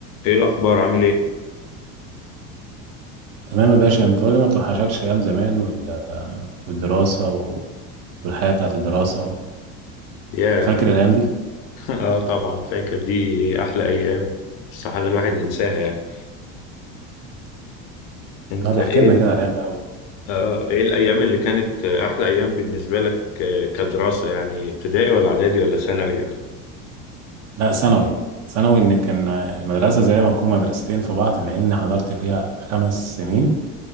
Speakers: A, on the left (about 65°); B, on the right (about 45°).
A: ايه الاخبار عامل ايه
B: تمام يا باشا انت قول لي ما بتوحشكش ايام زمان وال... والدراسه و... والحياه بتاعت الدراسه و...
A: ياه
B: فاكر الايام دي
A: <laughs> اه طبعا فاكر دي احلى ايام استحالة الواحد ينساها يعني انت
B: طب
A: ايه
B: احكي لنا كده
A: ال-
B: على الايام أوي.
A: اه ايه الايام اللي كانت احلى ايام بالنسبة لك آه، كدراسة يعني ابتدائي ولا اعدادي ولا ثانوي ولا
B: لا ثانوي ثانوي ان كان المدرسه زي ما تكون مدرستين في بعض لان حضرت فيها خمس سنين